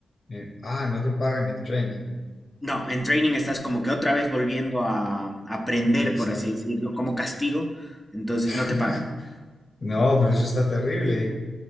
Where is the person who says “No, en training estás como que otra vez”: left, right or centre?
Centre